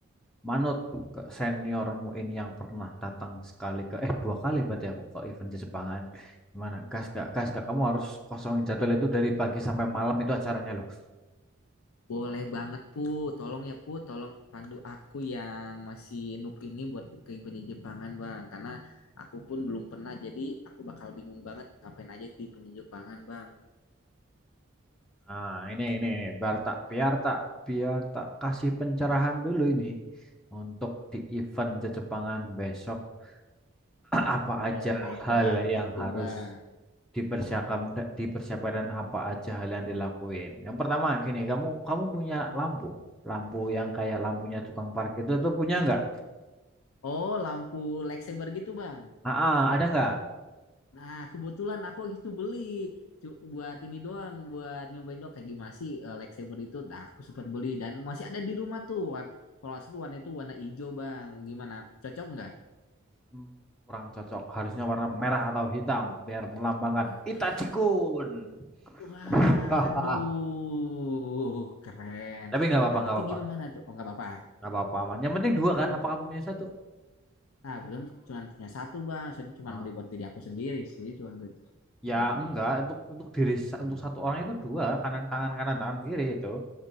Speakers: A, in the centre; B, on the left.
A: manut ke seniormu ini yang pernah datang sekali ke eh dua kali berarti aku ke event di Jepangan. Gimana? Gas gak? Gas gak? Kamu harus kosongin jadwal itu dari pagi sampai malam itu acaranya loh.
B: Boleh banget Put, tolong ya Put, tolong pandu aku yang masih noob ini buat ke penjajah Jepangan Bang. Karena aku pun belum pernah, jadi aku bakal bingung banget ngapain aja di penjajah Jepangan Bang.
A: Nah ini ini ini biar tak biar tak biar tak kasih pencerahan dulu ini untuk di event di Jepangan besok <clears throat> apa
B: Boleh
A: aja hal
B: banget
A: yang
B: tuh
A: harus
B: Bang.
A: dipersiapkan dipersiapkan apa aja hal yang dilakuin. Yang pertama gini, kamu kamu punya lampu, lampu yang kayak lampunya tukang parkir itu tuh punya nggak?
B: Oh, lampu lightsaber gitu Bang.
A: Ah, ah, ada nggak?
B: Nah, kebetulan aku gitu beli. Cu- buat ini doang, buat nyobain doang kayak gimana sih eh, lightsaber itu. Nah, aku sempat beli dan masih ada di rumah tuh. War- Kalau asli warna itu warna hijau Bang. Gimana? Cocok nggak?
A: Hmm, Kurang cocok, harusnya warna merah atau hitam biar melambangkan
B: Wah,
A: Itachi-kun.
B: Waduh,
A: Ah, ah, ah.
B: keren.
A: Tapi nggak apa-apa,
B: Nah,
A: nggak
B: berarti
A: apa-apa,
B: gimana tuh? Oh, nggak apa-apa.
A: nggak apa-apa aman. Yang penting dua kan? Apa kamu punya satu?
B: Nah, kebetulan cuma punya satu, Bang. Soalnya cuma
A: Ah,
B: beli buat diri aku sendiri sih. cuma. beli.
A: ya enggak untuk untuk diri sa- untuk satu orang itu dua kanan tangan kanan tangan kiri itu.